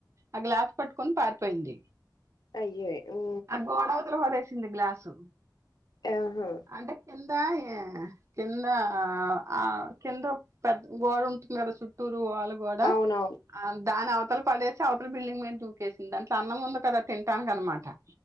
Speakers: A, on the right; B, on the left.
A: ఆ గ్లాస్ పట్టుకొని పారిపోయింది
B: అయ్యే ఊ
A: ఆ గోడవతల వడేసింది గ్లాసు
B: ఏ హా
A: అంటె కిందా ఏ కింద ఆ ఆ కిందో పెద్ద గోడ ఉంటుంది కదా సుట్టూరు వాళు గోడా
B: అవునవును
A: ఆ దానవతల పడేసి అవతల బిల్డింగ్ మీద్ దూకేసింది దాంట్ అన్నం ఉంది కదా తింటానిక్ అనమా ట